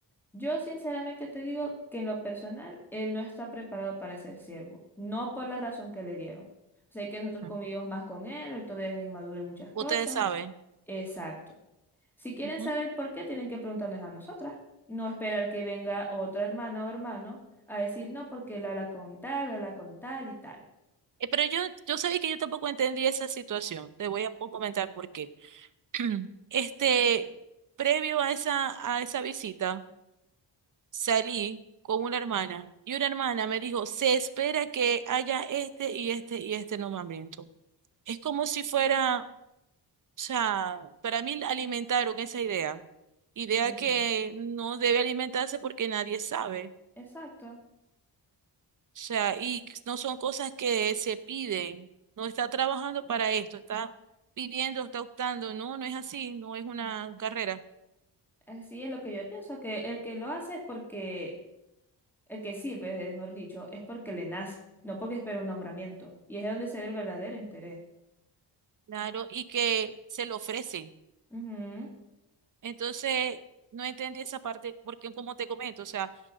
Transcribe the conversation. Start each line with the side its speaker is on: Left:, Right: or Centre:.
Centre: Yo sinceramente te digo que en lo personal, él no está preparado para ser siervo, no por la razón que le dieron. Sé que nosotros
Right: Ah,
Centre: convivimos más con él, él todavía es inmaduro en muchas
Right: Ustedes
Centre: cosas.
Right: saben.
Centre: Exacto. Si quieren
Right: Ujú.
Centre: saber por qué, tienen que preguntarnos a nosotras. No esperar que venga otra hermana o hermano a decir no porque él habla con tal, habla con tal y tal.
Right: Eh, pero yo, yo sabía que yo tampoco entendí esa situación. Te voy a po- comentar por qué. <clears throat> Este, previo a esa, a esa visita, salí con una hermana y una hermana me dijo, se espera que haya este y este y este nombramiento. Es como si fuera, o sea, para mí alimentaron esa idea, idea
Centre: Ujú.
Right: que no debe alimentarse porque nadie sabe,
Centre: Exacto.
Right: o sea, y no son cosas que se piden, no está trabajando para esto, está pidiendo, está optando, no, no es así, no es una carrera,
Centre: Así es lo que yo pienso, que el que lo hace es porque El que sirve, mejor dicho, es porque le nace, no porque espera un nombramiento. Y es de donde se ve el verdadero interés.
Right: claro, y que se lo ofrecen.
Centre: Ujú.
Right: Entonces, no entendí esa parte porque, como te comento, o sea,